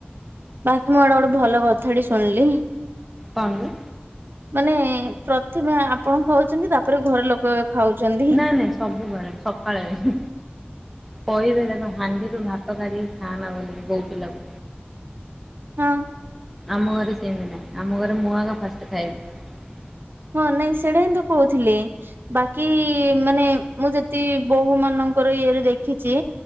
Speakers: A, on the right; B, in the centre.
A: ବାକି ମୁଁ ଆଡେ ଗୋଟେ ଭଲ କଥାଟି ଶୁଣିଲି
B: ତମେ
A: ମାନେ ପ୍ରଥମେ ଆପ ଆପଣ ଖାଉଚନ୍ତି ତାପରେ ଘର ଲୋକ ଏ ଖାଉଚନ୍ତି।
B: ନା ନାଇଁ ସବୁବେଳେ ସକାଳେ କହିବେ କେବ ହାଣ୍ଡିରୁୁ ଭାତ କାଢିକି ଖାନା ବୋଲିକି ବୋଉ ପିଲାକୁ।
A: ହଁ।
B: ଆମ ଘରେ ସେମିତି ନାହିଁ ଆମ ଘରେ ମୁଁ ଆଗ ଫାଷ୍ଟ ଖାଇବି।
A: ହଁ ନାଇଁ ସେଇଟା ହିଁ ତୁ କହୁଥିଲି ବାକି ମାନେ ମୁଁ ଯଦି ବୋହୂ ମନ ଙ୍କର ଇଏ ରୁ ଦେଖିଚି